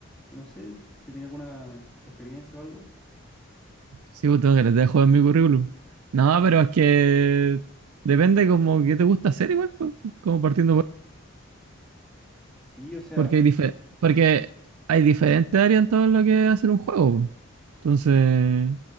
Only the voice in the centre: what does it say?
Y no sé si tenía alguna experiencia o algo.
Ya.
Sí, o sea,
sí, yo